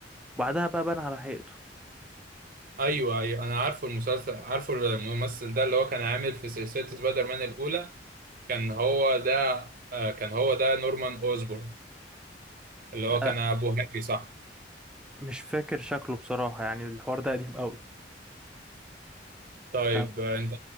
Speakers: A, in the centre; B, on the right.
A: وبعدها بقى بان على حقيقته
B: ايوه ايوه انا عارفه المسلسل عارفه الممثل ده اللي هو كان عامل في سلسلة سبايدر مان الاولى كان هو ده آه، كان هو ده نورمان أوزبورن اللي هو
A: آه
B: كان أبو هنري صح
A: مش فاكر شكله بصراحه يعني الحوار ده قديم قوي
B: طيب
A: طب
B: آه، أنت